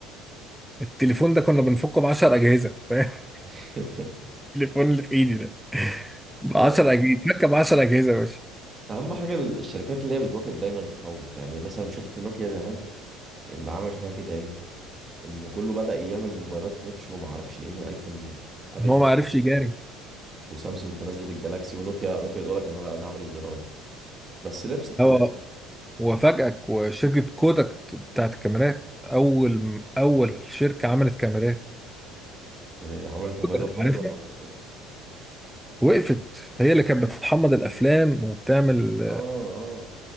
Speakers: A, in the centre; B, on the right (about 30°).
A: التليفون ده كنا بنفكه ب 10 اجهزه فاهم <laughs>
B: <laughs>
A: التليفون اللي في ايدي ده ب
B: لا.
A: 10 اجهزه فك ب 10 اجهزه يا باشا
B: اهم حاجة الشركات اللي هي بتواكب دايما التطور يعني مثلا شفت نوكيا زمان اللي عمل فيها كده ايه ان كله بدأ يعمل موبايلات تاتش وما اعرفش ايه ايفون ابل
A: إن هو
B: تنزل
A: ما عرفش يجاري
B: الأيفون، وسامسونج تنزل الجالاكسي ونوكيا لا نوكيا تقول لك انا لا انا هعمل الزراير بس لبست في
A: هو
B: الاخر
A: وفاجئك وشركه كودك بتاعت الكاميرات اول اول شركه عملت كاميرات
B: آه، عملت موبايلات
A: كودك
B: برضه
A: عارفها
B: ولا عملت ايه
A: وقفت هي اللي كانت بتحمض الافلام وبتعمل
B: اه اه